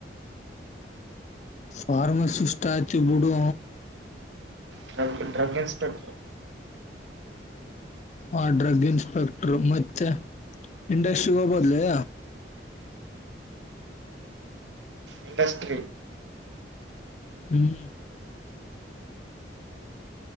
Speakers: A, on the left (about 40°); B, on the right (about 80°).
A: ಫಾರ್ಮಾಸಿಸ್ಟ ಆತಿವ್ ಬಿಡೂ
B: ಡ್ರ ಡ್ರಗ್ ಇನ್ಸ್ಪೆಕ್ಟರ್
A: ಆ ಡ್ರಗ್ ಇನ್ಸ್ಪೆಕ್ಟರ್ ಮತ್ತೆ ಇಂಡಸ್ಟ್ರಿ ಗ್ ಹೋಗ್ಬೋದ್ಲೇ
B: ಇಂಡಸ್ಟ್ರಿ
A: ಹ್ಮ್